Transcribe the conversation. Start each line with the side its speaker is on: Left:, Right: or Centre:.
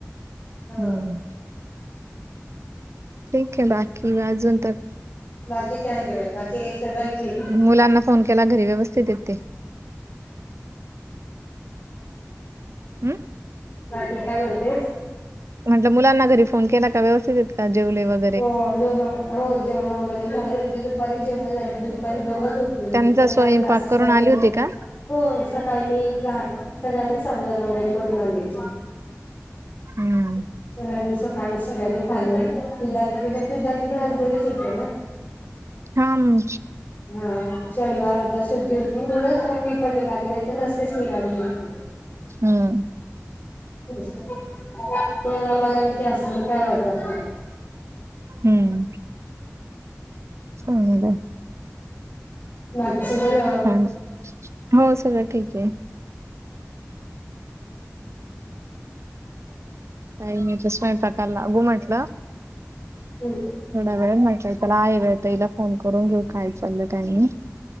Left: हं.
Right: हम्म ठीक ये बाकी अजून त
Left: बाकी काय नाय, बाकी हे सगळं ठीक ये.
Right: मुलांना फोन केला घरी व्यवस्थित ये ते. हम्म,
Left: बाकी काय म्हणतेस?
Right: म्हटलं मुलांना घरी फोन केला का? व्यवस्थित ये का? जेवले वैगे
Left: हो दोघं पण, हो जेवण वगैरे झाले, ते दुपारी जेवण झाले दुपारी दोघं झोप मी आणि
Right: त्यांचा
Left: तो
Right: स्वयंपाक
Left: आज क्लासेसला
Right: करून आली
Left: गेलेला.
Right: होती का
Left: हो सकाळी मी क्ला सगळ्यांना साबुदाना वगैरे बनवून आणायची.
Right: हम्म,
Left: सगळ्यांनी, सकाळी सगळ्यांनी खाल्लंय ते दाजी परत दाजी पण आज घरीच होते ना
Right: हा मं,
Left: हा शनिवार होता, सुट्ट सुट्टी होती म्हणूनच मं मी पण निघालेली, नाही तर नसतेच निघालेली मी पण
Right: हम्म,
Left: <inaudible> कोरोना मागा असत काय वाटात <inaudible>
Right: हम्, कोणाला?
Left: बाकी सगळं वे
Right: हं हो, सगळं ठीक ये. काही नाही आता स्वयंपाकाला लागू म्हटलं.
Left: हं,
Right: थोडा वेळ आहे म्हटलंय तर हिला फोन करून घेऊ काय चाललं, काय नही?